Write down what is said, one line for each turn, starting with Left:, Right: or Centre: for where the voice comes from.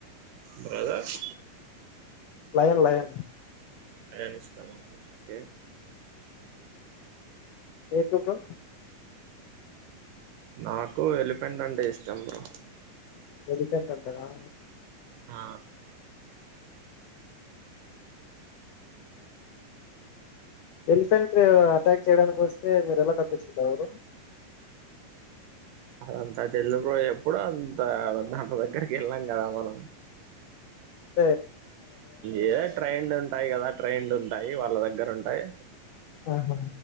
Right: brother
Left: lion lion
Right: lion ఇష్టమా ఏ
Left: మీకు బ్రో
Right: నాకు ఎలిఫెంట్ అంటె ఇష్టం బ్రో
Left: ఎలిఫెంట్ అంటరా
Right: ఆ
Left: ఎలిఫెంట్ అటాక్ చేయడానికి వస్తే మీరు ఎలా తప్పించుకుంటారు బ్రో
Right: అదంతా తేల్ద్ బ్రో ఎప్ కూడ అంతా ఎక్కడికెళ్ళాం కదా మనం
Left: అ
Right: ఏదో ట్రెండ్ ఉంటాయ్ గదా ట్రెండ్ ఉంటాయ్ వాళ్ళ దగ్గర ఉంటాయి
Left: ఆహా